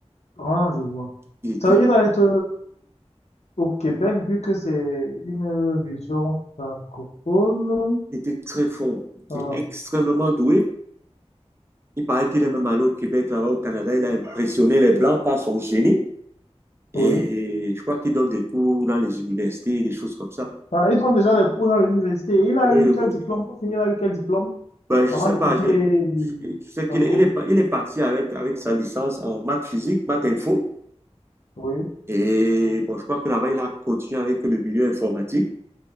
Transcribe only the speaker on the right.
Il était,
il était très fort, il était
extrêmement doué. Il paraît qu'il est même allé au Québec, là-bas au Canada. Il a impressionné les Blancs par son génie. Et
je crois qu'il donne des cours dans les universités, des choses comme ça.
Oui,
oui,
oui.
Ben, je
sais
pas.
Je,
je sais
qu'il est, il est, pa- il est parti avec, avec sa licence en maths physique, maths info.
Et bon, je crois que là-bas, il a continué avec le milieu informatique.